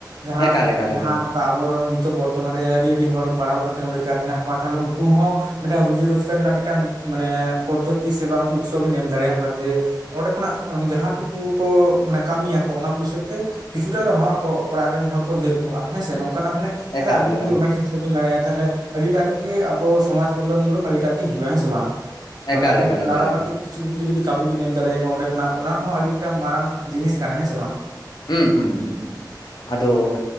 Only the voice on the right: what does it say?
ᱡᱟᱦᱟᱸ
ᱡᱟᱦᱟᱸᱱᱚᱝ
ᱠᱟ ᱟᱵᱚ ᱱᱤᱛᱚᱜ ᱵᱚᱨᱛᱚᱢᱟᱱ ᱨᱮ ᱟᱹᱰᱤ ᱟᱹᱰᱤ ᱦᱚᱲ ᱯᱟᱲᱦᱟᱣ ᱠᱟᱛᱮᱜ ᱦᱚᱸ ᱵᱮᱠᱟᱨ ᱦᱮᱱᱟᱜ ᱠᱚᱣᱟ ᱛᱟᱦᱞᱮ ᱩᱝᱠᱩ ᱦᱚᱸ ᱢᱤᱴᱟᱝ ᱨᱩᱡᱩ ᱨᱳᱡᱽᱜᱟᱨ ᱨᱮᱱᱟᱜ ᱢᱤᱴᱟᱝ ᱢᱟᱱᱮ ᱯᱚᱫᱽᱫᱷᱚᱛᱤ ᱥᱮ ᱵᱟᱝ ᱩᱛᱥᱚ ᱵᱤᱱ ᱮᱢ ᱫᱟᱲᱮᱭᱟᱠᱚᱣᱟ ᱡᱮ ᱚᱸᱰᱮ ᱠᱷᱚᱱᱟᱜ ᱡᱟᱦᱟᱸ ᱴᱩᱠᱩ ᱠᱚ ᱢᱟᱱᱮ ᱠᱟᱹᱢᱤᱭᱟᱠᱚ ᱚᱱᱟ ᱯᱩᱭᱥᱟᱹ ᱛᱮ ᱠᱤᱪᱷᱩ ᱴᱟ ᱨᱮᱦᱚᱸ ᱟᱠᱚ ᱚᱲᱟᱜ ᱨᱮᱱ ᱦᱚᱲ ᱠᱚ ᱦᱮᱞᱯᱚᱜᱼᱟ ᱦᱮᱸ ᱥᱮ ᱱᱚᱝᱠᱟᱱᱟᱜ ᱢᱟᱱᱮ ᱛᱟᱦᱞᱮ
ᱟᱵᱤᱱ
ᱡᱩᱫᱤ ᱚᱱᱟ ᱠᱷᱮᱛ ᱨᱮᱵᱤᱱ ᱞᱟᱲᱟᱭᱟ ᱛᱟᱦᱞᱮ ᱟᱹᱰᱤᱴᱟᱜ ᱜᱮ ᱟᱵᱚ ᱥᱚᱢᱟᱡᱽ ᱠᱚᱞᱞᱟᱱ ᱢᱩᱞᱚᱠ ᱟᱹᱰᱤᱴᱟᱜ ᱜᱮ ᱦᱩᱭᱩᱜᱼᱟ ᱦᱮᱸ ᱥᱮ ᱵᱟᱝ? ᱢᱟᱱᱮ
ᱟᱵᱤᱱ
ᱞᱟᱲᱟᱣ
ᱠᱟᱛᱮᱜ ᱠᱤᱪᱷᱩ ᱜᱤᱫᱽᱨᱟᱹ ᱡᱩᱫᱤ ᱠᱟᱹᱢᱤᱵᱤᱱ ᱮᱢ ᱫᱟᱲᱮᱭᱟᱠᱚᱣᱟ ᱚᱸᱰᱮ ᱠᱷᱚᱱᱟᱜ ᱚᱱᱟ ᱦᱚᱸ ᱟᱹᱰᱤ ᱢᱤᱫᱴᱟᱝ ᱢᱟᱨᱟᱝ ᱡᱤᱱᱤᱥ ᱠᱟᱱᱟ ᱦᱮᱸ ᱥᱮ ᱵᱟᱝ᱾